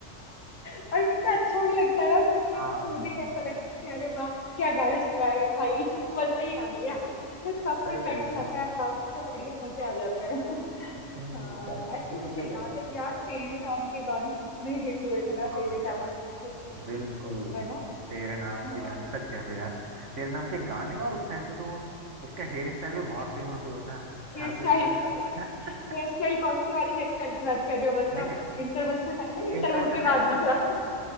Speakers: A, on the left (about 70°); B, on the right (about 65°).
A: और कितना अच्छा भी लगता है ना सुनने
B: हाँ
A: में सूदिंग ऐसा लगता है कि अरे वाह क्या गाने चलाए हैं भाई <laughs> मजा ही आ गया तो सफर
B: सही कह
A: कट
B: रहे हो
A: जाता
B: यार
A: है आराम से बढ़िया मजे आ जाते हैं <laughs>
B: हम्म
A: हाँ
B: करेक्ट है,
A: ऐसे
B: बिल्कुल
A: ही मुझे
B: सही
A: याद
B: कह रहे हो
A: है यार तेरे नाम के गाने कितने हिट हुए थे ना
B: हाँ
A: तेरे नाम
B: यार
A: मूवी जो बनी थी
B: बिल्कुल
A: है ना
B: तेरे नाम
A: हाँ
B: के गाने सच कह रहे हो यार तेरे नाम के गाने
A: हाँ
B: और उस टाइम पे तो वो- उसका हेयर स्टाइल भी बहुत फेमस हुआ था
A: हेयर
B: हर दूसरा
A: स्टाइल
B: लड़का <laughs>
A: हेयर स्टाइल कौन से वाले हेयर स्टाइल की बात कर रहे हो मतलब
B: नहीं नहीं
A: इंटरवल से पहले इंटरवल
B: इंटरवल
A: के
B: से पहले
A: बाद वाला